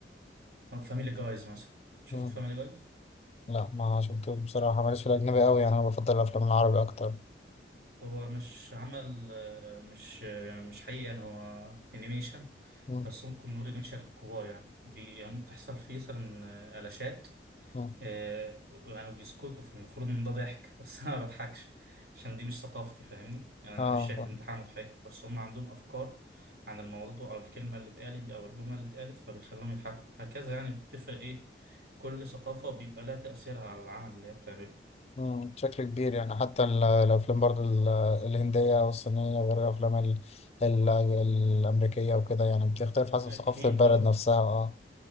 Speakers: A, on the right; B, on the left.
A: فاميلي جايز مثلا شفت
B: مم.
A: فاميلي جايز
B: لا ما شفتوش بصراحة ماليش في الأجنبي أوي يعني أنا بفضل الأفلام العربي أكتر
A: هو مش عمل آه، مش آه، مش حقيقي يعني هو انيميشن
B: مم.
A: بس ممكن نقول انيميشن للكبار يعني بي- يعني بتحصل فيه مثلا آه، قلاشات
B: مم.
A: آه، يعني بيسكتوا فالمفروض ان ده ضحك <laughs> بس انا ما بضحكش عشان دي مش ثقافتي فاهمني يعني انا
B: آه
A: مش شايف ان دي حاجه مضحكه بس هم عندهم افكار عن الموضوع او الكلمه اللي اتقالت او الجمله اللي اتقالت فبيخليهم يضحكوا هكذا يعني بتفرق ايه كل ثقافه بيبقى لها تاثيرها على العمل اللي هي بتعمله
B: مم، بشكل كبير يعني حتى ال- الأفلام برضو ال- الهندية والصينية غير الأفلام ال ال الأمريكية وكده يعني بتختلف حسب
A: اكيد
B: ثقافة البلد
A: اه
B: نفسها اه